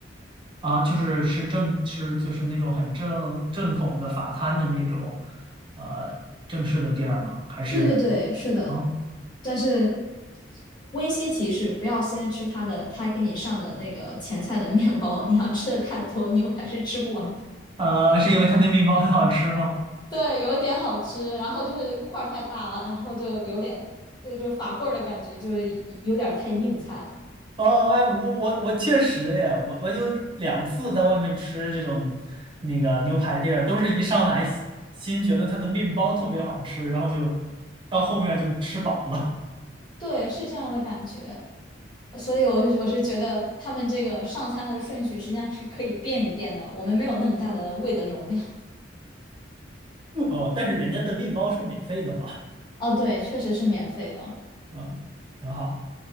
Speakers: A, on the right; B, on the left.
A: 啊，就是是正是就是那种很正正统的法餐的那种，呃，正式的地儿吗？还是
B: 对对对，是的。
A: 啊，
B: 但是温馨提示，不要先吃他的，他给你上的那个前菜的面包，你要吃的太多，牛排是吃不完的。
A: 呃，是因为它那面包很好吃吗？
B: 对，有一点好吃，然后就是块儿太大了，然后就有点就就法棍儿的感觉，就是有点儿太硬菜了。
A: 哦，哎，我我我确实哎，我我有两次在外面吃这种那个牛排店儿都是一上来先先觉得它的面包特别好吃，然后就到后面就吃饱了。
B: 对，是这样的感觉。所以我是我是觉得他们这个上餐的顺序实际上是可以变一变的，我们没有那么大的胃的容量。
A: <laughs> 哦，但是人家的面包是免费的嘛，
B: <laughs> 哦，对，确实是免费的。
A: 啊，挺好